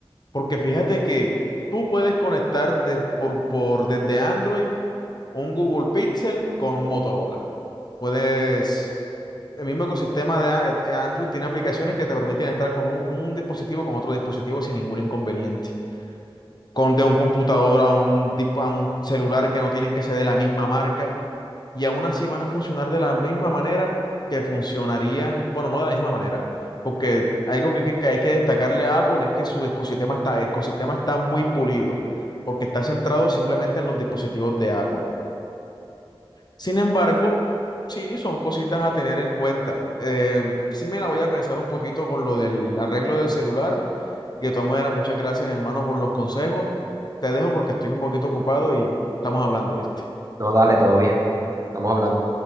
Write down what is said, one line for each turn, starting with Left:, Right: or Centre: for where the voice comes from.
Left: Porque fíjate que tú puedes conectar de- por, por, desde Android. un Google Pixel con un Motorola. Puedes, el mismo ecosistema de a- eh, Android tiene aplicaciones que te permiten estar con un, un dispositivo con otro dispositivo sin ningún inconveniente. Con de un computador a un, dis a un celular que no tienen que ser de la misma marca y aún así van a funcionar de la misma manera que funcionarían, bueno, no de la misma manera. Porque algo que, que- que hay que destacarle a Apple es que su ecosistema está, ecosistema está muy pulido, porque está centrado simplemente en los dispositivos de Apple. Sin embargo, sí, son cositas a tener en cuenta. Eh, sí me la voy a pensar un poquito con lo del arreglo del celular. Y de todas maneras, muchas gracias, hermano, por los consejos. Te dejo porque estoy un poquito ocupado y estamos hablando, ¿viste?
Right: No, dale, todo bien. Estamos hablando.